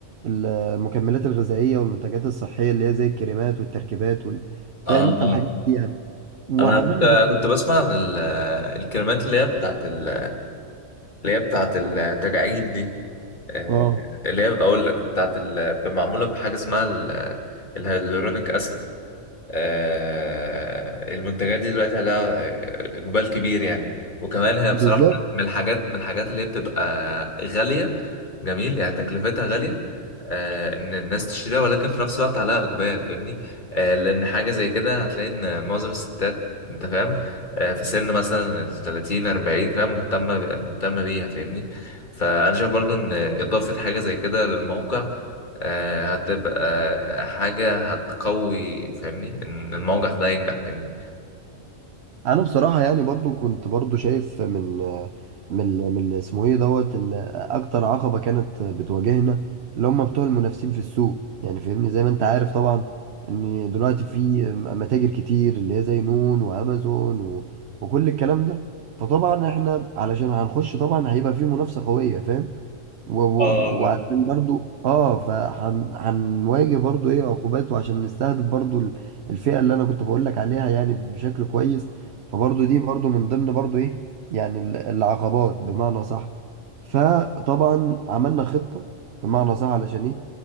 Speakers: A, on the right; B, on the left.
A: المكملات الغذائية والمنتجات الصحية اللي هي زي الكريمات والتركيبات وال... فاهم
B: اه
A: انت الحاجات دي يعني وعملنا
B: انا كنت
A: برضو
B: كنت بسمع عن ال- الكلمات اللي هي بتاعت ال- اللي هي بتاعت التجاعيد دي آه،
A: اه
B: اللي هي اقول لك بتاعت ال- معموله بحاجه اسمها ال- الهيالورونيك اسيد آه، المنتجات دي دلوقتي عليها اقبال كبير يعني وكمان هي
A: بالظبط
B: بصراحه من الحاجات من الحاجات اللي هي بتبقى غاليه جميل يعني تكلفتها غاليه آه، ان الناس تشتريها ولكن في نفس الوقت عليها اقبال فاهمني آه، لان حاجه زي كده هتلاقي ان معظم الستات انت فاهم آه، في سن مثلا ال 30 40 فاهم مهتمه ب- مهتمه بيها فاهمني فانا شايف برضو ان اضافه حاجه زي كده للموقع آه، هتبقى حاجة هتقوي فاهمني إن الموقف ده ينجح فاهمني
A: انا بصراحه يعني برضو كنت برضو شايف من من ال- من ال- اسمه ايه دوت ال- اكتر عقبه كانت بتواجهنا اللي هم بتوع المنافسين في السوق يعني فاهمني زي ما انت عارف طبعا ان دلوقتي في متاجر كتير اللي هي زي نون وامازون و... وكل الكلام ده فطبعا احنا علشان هنخش طبعا هيبقى في منافسه قويه فاهم و... و...
B: اه
A: وعشان برضو اه فهنواجه برضو ايه عقوبات وعشان نستهدف برضو ال- الفئة اللي انا كنت بقول لك عليها يعني بشكل كويس فبرضو دي برضو من ضمن برضو ايه يعني ال- العقبات بمعنى صح فطبعا عملنا خطة بمعنى صح علشان ايه